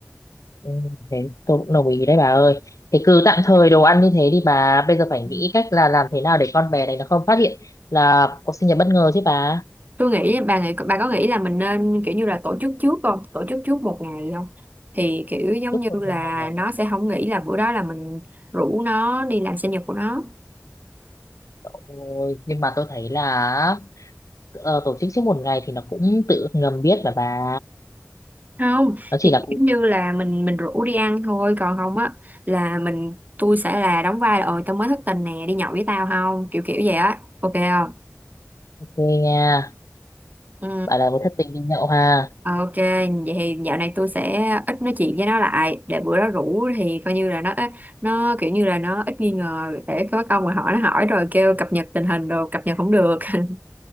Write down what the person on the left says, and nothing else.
ừ, thế tôi cũng đồng ý đấy bà ơi thế cứ tạm thời đồ ăn như thế đi bà bây giờ phải
nghĩ cách là làm thế nào để con bé này nó không phát hiện là có sinh nhật bất ngờ chứ bà
trước
một
ngày à?
Ôi, nhưng mà tôi thấy là ờ, tổ chức trước một ngày thì nó cũng tự ngầm biết mà bà
nó chỉ
là
ok
nha
bà là một thất tình đi nhậu ha